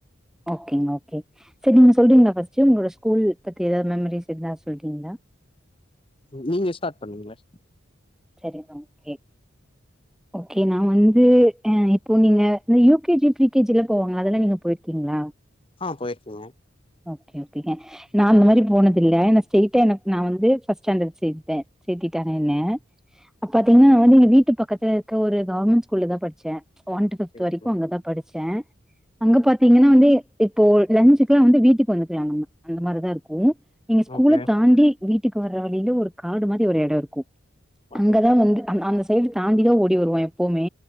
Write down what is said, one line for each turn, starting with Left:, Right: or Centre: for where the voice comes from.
Centre: ஓகேங்க ஓகே செரி நீங்க சொல்றீங்களா பஸ்ட்டு உங்களோட ஸ்கூல் பத்தி ஏதாவது மெம்மரிஸ் இருந்தா சொல்றீங்களா
Left: நீங்க ஸ்டார்ட் பண்ணீங்கலே
Centre: செரி ஓகே ஓகே நான வந்து அ இப்போ நீங்க இந்த U K G P K G எல்லாம் போவாங்களா அதெல்லாம் நீங்க போயிருக்கீங்களா
Left: ஆ போயிருக்கேன்க
Centre: ஓகே ங்க நான அந்த மாரி போனது இல்ல ஸ்ட எனக்கு நான் வந்து சைட்டா பஸ்ஸாண்ட் சேப்பேன் சேகத்துகிட்டான் என்ன அப்ப பாத்தீங்கன்னா நீங்க வீட்டு பக்கத்து இருக்க ஒரு கேவர்மெண்ட் ஸ்கூல்லல தான் படிச்சேன் ஒன்டூத்து பிப்த்
Left: சரிங்க
Centre: வரைக்கும் அங்க தான் படிச்சு <inaudible> அங்க பாத்தீங்கன்னா வந்து இப்போ லஞ்சுக்கெல்லாம் வந்து வீட்டுக்கு வந்துக்கலாம் நம்ம அந்த மாரிதான் இருக்கும் எங்க ஸ்கூல
Left: ஓகே
Centre: தாண்டியி வீட்டுக்கு வரற வழியில ஒரு காடு மாரி ஒரு இடம் இருக்கும்
Left: ஓகே
Centre: அங்கதான் வந்துந்து <inaudible> சாந்தி தான் ஓடி வருவா எப்வுமே